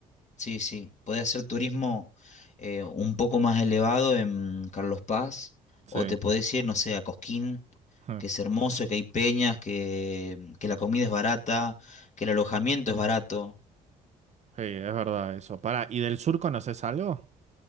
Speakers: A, on the left; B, on the right.
A: Sí, sí, podés hacer turismo eh, un poco más elevado en Carlos Paz,
B: Sí,
A: o te
B: <laughs>
A: podés ir, no sé, a Cosquín,
B: Ja.
A: que es hermoso, que hay peñas, que, que la comida es barata, que el alojamiento es barato.
B: sí, es verdad eso. Para, ¿y del sur conoces algo?